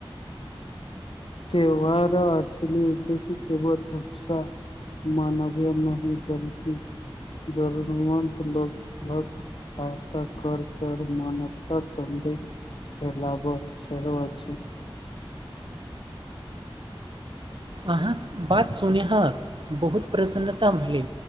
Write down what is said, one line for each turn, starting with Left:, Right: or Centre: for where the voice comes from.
Left: त्यौहार असली उद्देश्य केवल उत्साह मानवीय नहि बल्कि जरूरमंत लगभग सहायता कर कर मानवता सन्दिगध हे लाभो सेहो अछि
Right: अहाँ बात सुनहक बहुत प्रसन्नता भेलै